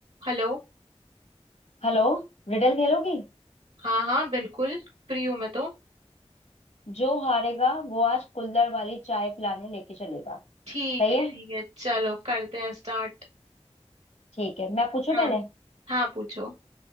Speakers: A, on the right; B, on the left.
A: Hello
B: Hello Riddle खेलोगी
A: हाँ हाँ बिल्कुल फ्री हूँ मैं तो
B: जो हारेगा वो आज कुल्हड़ वाली चाय पिलाने लेके चलेगा
A: ठीक
B: सही
A: है
B: है
A: ठीक है चलो करते हैं स्टार्ट
B: ठीक है मैं पूछू
A: हम्म
B: पहले
A: हाँ पूछो